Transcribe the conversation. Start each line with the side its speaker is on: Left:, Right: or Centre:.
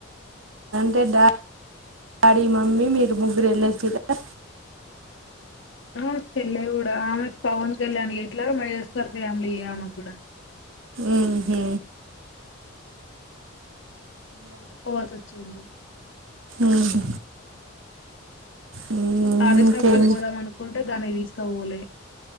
Right: తే డాడీ మమ్మీ మీరు ముగ్గురు ఎళ్ళొచ్చిర్రా
Left: ఆ చెల్లె కూడా ఆమెకి పవన్ కళ్యాణ ఎట్లాగు మెగాస్టార్ ఫ్యామిలీ ఆమెకు కూడా
Right: ఉ హు
Left: పోవాల్సచ్చింది
Right: ఊహు ఇంకేం
Left: రాజాసాబ్ కిి పోదాం అనుకుంటే దానికి తీసుక పోలే